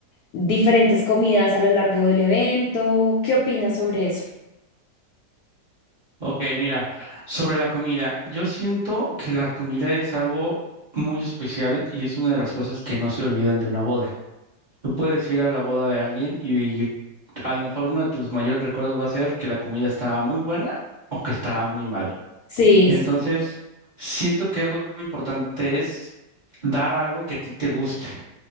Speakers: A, on the left (about 70°); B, on the right (about 30°).
A: diferentes comidas a lo largo del evento. ¿Qué opinas sobre eso?
B: Ok, mira, sobre la comida, yo siento que la comida es algo muy especial y es una de las cosas que no se olvidan de una boda. Tú puedes ir a la boda de alguien y, y a lo mejor uno de tus mayores recuerdos va a ser que la comida estaba muy buena o que estaba muy mal.
A: Sí,
B: Entonces,
A: sí.
B: siento que algo importante es dar algo que a ti te guste,